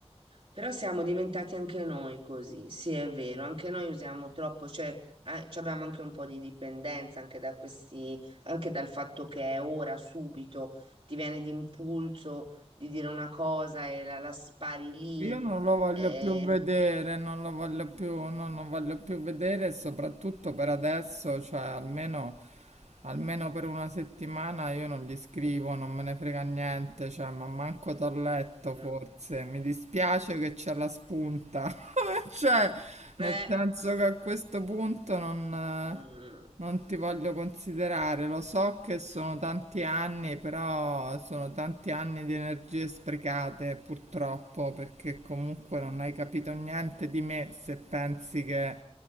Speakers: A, on the right; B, on the right.
A: Però siamo diventati anche noi così, sì, è vero, anche noi usiamo troppo, cioè eh, ci abbiamo anche un po' di dipendenza anche da questi, anche dal fatto che è ora, subito, ti viene d'impulso di dire una cosa e la, la spari lì.
B: Io non lo voglio
A: Eh,
B: più vedere, non lo voglio più, non lo voglio più vedere, e soprattutto per adesso, cioè almeno, almeno per una settimana io non gli scrivo, non me ne frega niente, cioè, ma manco t'ho letto
A: mm,
B: forse, mi dispiace che c'è la spunta, <laughs> cioè,
A: eh,
B: nel senso che a questo punto non... eh,
A: mm,
B: non ti voglio considerare, lo so che sono tanti anni, però sono tanti anni di energie sprecate purtroppo, perché comunque non hai capito niente di me se pensi che